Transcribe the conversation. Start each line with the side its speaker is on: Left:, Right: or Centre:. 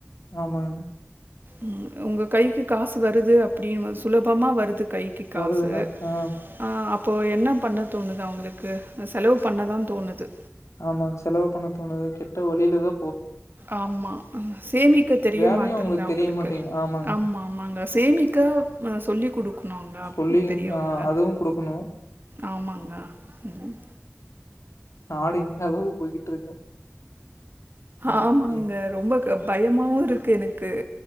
Left: ஆமாங்
Right: உம் உங்க கைக்கு காசு வருது அப்டின்னு சுலபமா வருது கைக்கி காசு
Left: வருதுன்னா ஆ
Right: ஆ அப் இப்போ என்ன பண்ண தோணுது அவுங்களுக்கு செலவு பண்ணதா தோணுது
Left: ஆமாங் செலவு பண்ணத் தோணுது கெட்ட வழியிலதா
Right: ஆமா ம் சேமிக்க தெரிய
Left: வேல்யூ
Right: மாட்டன்து
Left: அவங்களுக்கு
Right: அவுங்களுக்கு
Left: தெரிய மாட்டேங்குது. ஆமாங்க.
Right: ஆமா ஆமாங்க சேமிக்க அ சொல்லிக் குடுக்கணுங்க
Left: சொல்லி
Right: பெரியவங்க
Left: ஆ அதுவும் குடுக்கணும்.
Right: ஆமாங்க ம்
Left: நாடு இந்த அளவுக்கு போய்கிட்டு இருக்கு ம்
Right: ஆமாங்க
Left: ஏ
Right: ரொம்ப க பயமாவும் இருக்கு எனக்கு